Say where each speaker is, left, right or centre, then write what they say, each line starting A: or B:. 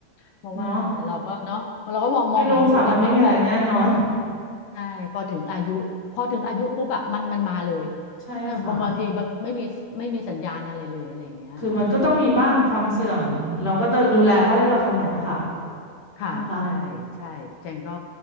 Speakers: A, on the left (about 75°); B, on the left (about 15°).
A: เพราะว่าเราก็เนาะเราก็มองมองเห็นอยู่อะว่าพอ
B: เนาะไม่รู้ค่ะมันไม่มีอะไรแน่นอน
A: ใช่พอถึงอายุพอถึงอายุปุ๊บอะมันมันมาเลย
B: ใช่ค่ะ
A: ถ้าบางบางทีบางไม่มีไม่มีสัญญาณอะไรเลยอะไรอย่างเงี้ยค่ะ
B: คือมันก็ต้องมีบ้างความเสื่อมเราก็ต้องดูแลเท่าที่เราทำไหวอะค่ะ
A: ค่ะใช่ใช่เจนก็
B: นะคะ